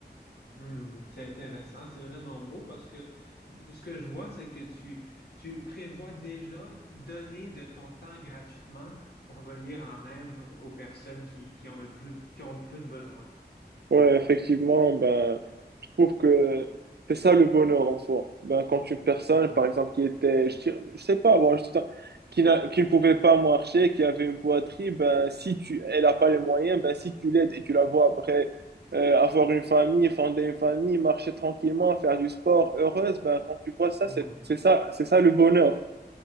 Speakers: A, on the left; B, on the right.
A: Hmm, c'est intéressant, c'est vraiment beau parce que ce que je vois, c'est que tu, tu prévois déjà donner de ton temps gratuitement pour venir en aide aux personnes qui, qui ont le plus, qui ont le plus besoin.
B: Ouais, effectivement, ben, je trouve que c'est ça le bonheur en soi. Ben, quand une personne,
A: Mhm.
B: par exemple, qui était, je, dirais- je sais pas, moi, je dis ça, qui, n'a- qui ne pouvait pas marcher, qui avait une boiterie, ben, si tu, elle n'a pas les moyens, ben, si tu l'aides et tu la vois après euh, avoir une famille, fonder une famille, marcher tranquillement, faire du sport, heureuse, ben, quand tu vois ça,
A: Hmm.
B: c'est c'est ça, c'est ça le bonheur.